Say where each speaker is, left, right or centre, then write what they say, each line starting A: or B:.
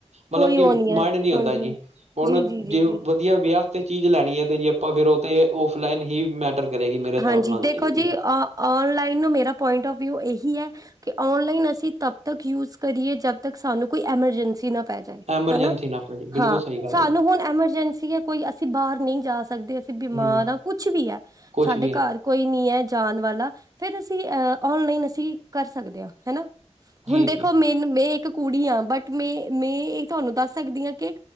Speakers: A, on the right; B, on the right.
A: ਕੋਈ
B: ਮਤਲਬ ਕਿ
A: ਉਹ
B: ਕੀ
A: ਨਹੀਂ ਹੈ
B: ਮਾਇਡ ਨੀ ਹੋਂਦਾ
A: ਹਾਂਜੀ
B: ਜੀ,
A: ਹਾਂਜੀ
B: ਹੁਣ
A: ਜੀ ਜੀ ਜੀ
B: ਜੇ
A: ਜੀ
B: ਵਧੀਆ ਵਿਆਹ ਤੇ ਚੀਜ਼ ਲੈਣੀ ਹੈ ਤੇ ਜੇ ਆਪਾਂ ਫਿਰ ਤੇ ਔਫਲਾਈਨ ਹੀ ਮੈਟਰ ਕਰੇਗੀ ਮੇਰੇ ਹਿਸਾਬ
A: ਹਾਂਜੀ
B: ਨਾਲ
A: ਦੇਖੋ
B: ਤੇ ਵਧੀਆ
A: ਜੀ ਔਨਲਾਈਨ ਨੂੰ, ਮੇਰਾ ਪੁਆਇੰਟ ਔਫ ਵਿੳ। ਇਹੀ ਹੈ ਕਿ ਔਨਲਾਈਨ ਅਸੀਂ ਤਬ ਤੱਕ ਯੂਜ ਕਰੀਏ, ਜਦ ਤੱਕ ਸਾਨੂੰ ਕੋਈ ਐਮਰਜੈਂਸੀ ਨਾ। ਪੈ ਜਾਏ
B: ਐਮਰਜੈਂਸੀ
A: ਹੈਨਾ।
B: ਨਾ ਪੈ ਬਿਲਕੁਲ
A: ਹਾਂ
B: ਸਹੀ ਗੱਲ
A: ਸਾਨੂੰ
B: ਹੈ ਜੀ
A: ਹੁਣ ਐਮਰਜੈਂਸੀ ਹੈ ਕੋਈ, ਅਸੀਂ ਬਾਹਰ ਨਹੀਂ ਜਾ ਸਕਦੇ ਅਸੀਂ ਬਿਮਾਰ
B: ਹੂੰ,
A: ਹਾਂ ਕੁਛ ਵੀ ਹੈ,
B: ਕੁਛ
A: ਸਾਡੇ
B: ਵੀ ਹੈ
A: ਘਰ ਕੋਈ ਨੀ ਹੈ ਜਾਣ ਵਾਲਾ, ਫਿਰ ਅਸੀਂ ਔਨਲਾਈਨ ਅਸੀਂ ਕਰ ਸਕਦੇ ਆਂ ਹੈਨਾ,
B: ਜੀ,
A: ਹੁਣ ਦੇਖੋ
B: ਜੀ, ਜੀ
A: ਮੇਨ ਮੇਕ ਕੁੜੀ ਆ, ਬਟ ਮੈਂ ਮੈਂ ਇਹ ਤੁਹਾਨੂੰ ਦੱਸ ਸਕਦੀ ਹਾਂ ਕਿ